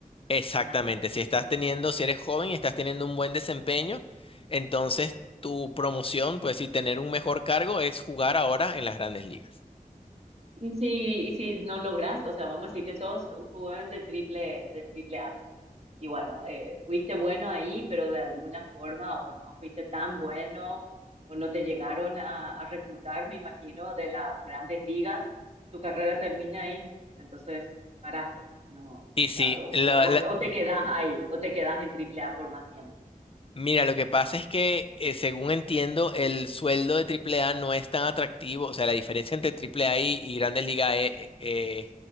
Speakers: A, on the left; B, on the right.
A: Exactamente,
B: ¿Es así?
A: si estás teniendo, si eres joven y estás teniendo un buen desempeño, entonces tu promoción, pues sí, tener un mejor cargo es jugar ahora en las grandes ligas.
B: Y si, y si no logras, o sea, vamos a decir que sos un jugador de triple, de triple A. Y bueno, eh, fuiste bueno ahí, pero de alguna forma o no fuiste tan bueno o no te llegaron a, a reclutar, me imagino, de las grandes ligas, tu carrera termina ahí. Entonces, paraste. No,
A: Y sí,
B: claro,
A: la-
B: o,
A: la-
B: o, o te
A: m-
B: quedas ahí, o te quedas en triple A por más tiempo.
A: mira, lo que pasa es que eh, según entiendo, el sueldo de Triple A no es tan atractivo, o sea, la diferencia entre AAA y, y grandes ligas es, es